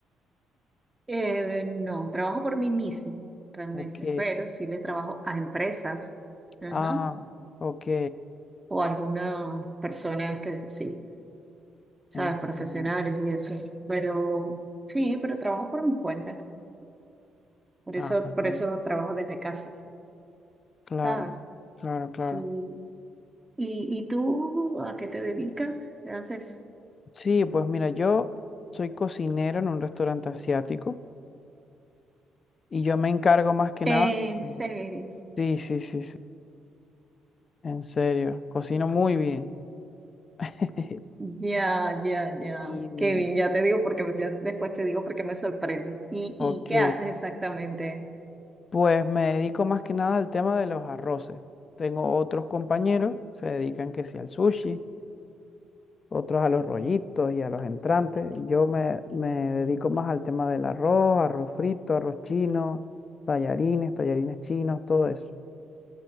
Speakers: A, on the right (about 15°); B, on the left (about 40°).
A: Eh, no, trabajo por mí mismo, realmente,
B: Ok.
A: pero sí le trabajo a empresas, ajá,
B: Ah, ok.
A: o a algunas personas que sí, sabes,
B: Entiendo.
A: profesionales y eso. Pero sí, pero trabajo por mi cuenta. Por
B: Ah,
A: eso,
B: pues
A: por
B: bien.
A: eso trabajo desde casa,
B: Claro,
A: ¿sabes?
B: claro, claro.
A: Sí. ¿Y, y tú a qué te dedicas? ¿Qué haces?
B: Sí, pues mira, yo soy cocinero en un restaurante asiático. Y yo me encargo más que
A: En
B: nada de...
A: serio.
B: Sí, sí, sí, sí. En serio, cocino muy bien. <laughs>
A: Ya, ya, ya.
B: Y,
A: Qué bien, ya te digo porque me- ya después te digo porque me sorprende. ¿Y,
B: ok,
A: y qué haces exactamente?
B: pues me dedico más que nada al tema de los arroces. Tengo otros compañeros, se dedican que sí al sushi, otros a los rollitos y a los entrantes. y Yo me, me dedico más al tema del arroz, arroz frito, arroz chino, tallarines, tallarines chinos, todo eso.